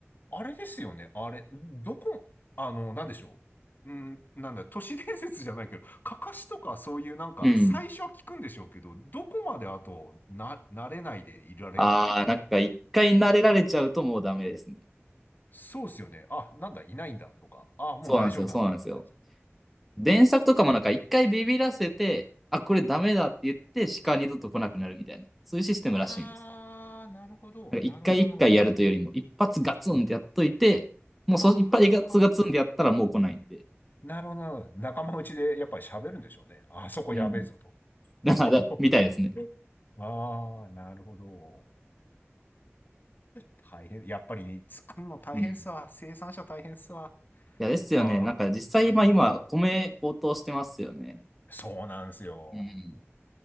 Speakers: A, on the left; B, in the centre.
A: あ、あれですよね。あれ、どこ、あの、なんでしょう。うん、なんだ、都市伝説じゃないけど、かかしとかそういうなんか、
B: な。うん。
A: 最初は聞くんでしょうけど、どこまであと、な、慣れないでいられるかっていう
B: あー、なんか一回慣れられちゃうともうダメですね。
A: そうっすよね。あ、なんだ、いないんだとか、あ、もう大丈夫なんだってなっちゃう。
B: そうなんですよ、そうなんですよ。電作とかもなんか一回ビビらせて、
A: <laughs>
B: あ、これダメだって言って、鹿二度と来なくなるみたいな。そういうシステムらしいんです。
A: あー、なるほど、
B: なんか一回一回やるというよりも、
A: なるほど、なるほど。
B: 一発ガツンってやっといて、もうそ、
A: はっはっ。
B: 一発ガツガツンってやったらもう来ないんで。
A: なるほど、なるほど。仲間内でやっぱり喋るんでしょうね。あそこやべえぞと。
B: うん。<laughs>
A: <laughs>
B: だから、みたいですね。
A: あー、なるほど。大変。やっぱりね、作るの大変っすわ、
B: うん。い
A: 生産者大変っすわ
B: や、ですよね。
A: まあ、
B: なんか実際、
A: お
B: まあ今、米高騰してますよね。
A: そうなんですよ。
B: うん。